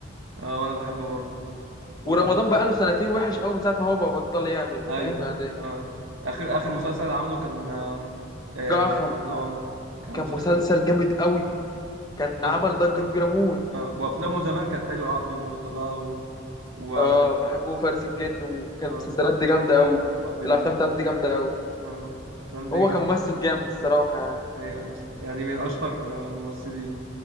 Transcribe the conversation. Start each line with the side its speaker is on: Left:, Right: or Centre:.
Right: اه وانا بحبه برضه وبح...
Left: ورمضان بقى له سنتين وحش قوي من ساعه ما هو بطل يعمل
Right: ايوه
Left: فاهم يعني
Right: اه اخر اخر مسلسل عامله كان آه، آه،
Left: جعفر
Right: جعفر العمدة كان
Left: كان
Right: مسلسل
Left: مسلسل
Right: جامد.
Left: جامد قوي كان
Right: بس
Left: عمل ضجه كبيره موت
Right: اه وافلامه زمان كانت حلوه عبده موته بقى و و
Left: اه بحبه فارس الجن وكان
Right: اه
Left: المسلسلات دي جامده قوي
Right: وقلب الاسد
Left: الافلام بتاعته دي جامده قوي
Right: اه آه. الافلام دي
Left: هو
Right: جامده
Left: كممثل جامد الصراحة يعني
Right: الحقيقة يا اسطى. يعني من اشطر آه، الممثلين